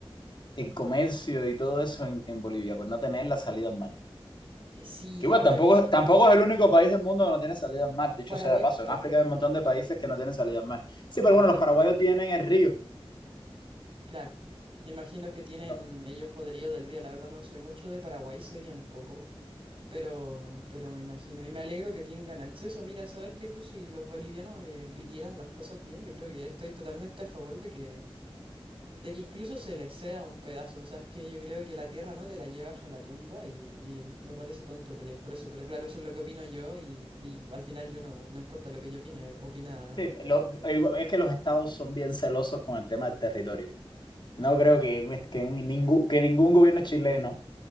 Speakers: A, on the left (about 50°); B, on the right (about 60°).
A: el comercio y todo eso en, en Bolivia, por no tener la salida en mar.
B: Eh, sí,
A: Que
B: la
A: igual,
B: verdad
A: tampoco,
B: que sí.
A: tampoco es el único país del mundo que no tiene salida al mar, dicho
B: Paraguay
A: sea de paso.
B: tampoco,
A: En África hay un
B: ¿no?
A: montón de países que no tienen salida al mar. Sí,
B: Y Paraguay.
A: pero bueno, los paraguayos tienen el río.
B: Claro, me imagino que tienen
A: No,
B: ellos poderío del río, la verdad no sé mucho de Paraguay, sé bien poco, pero, pero me imagino, y me alegro que tengan acceso. Mira, sabes que tú si los bolivianos eh, pidieran las cosas bien, yo creo que estoy totalmente a favor de que, de que incluso se les ceda un pedazo, o sea, es que yo creo que la tierra no te la llevas a la tumba y, y me parece tonto pelear por eso, pero claro, eso es lo que opino yo y, y al final yo no, no importa lo que yo opine, opina...
A: sí, lo- igual- es que los estados son bien celosos con el tema del territorio. No creo que, que, ningún, que ningún gobierno chileno